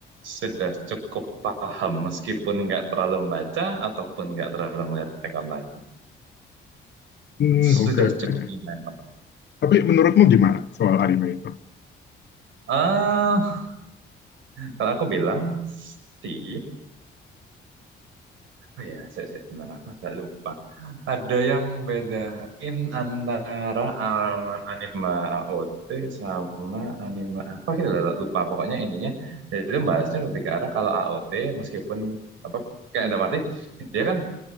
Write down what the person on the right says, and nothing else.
sudah cukup paham meskipun nggak terlalu membaca ataupun nggak terlalu ngeliat Attack on Titan.
Sudah
cukup lumayan paham.
Ah, kalau aku bilang sih Oh ya, saya, saya bentar, aku agak lupa. Ada yang bedain antara um, anime AOT sama anime apa kita lupa. Pokoknya ininya, jadi itu bahasnya lebih ke arah kalau AOT meskipun apa kayak ada arti dia kan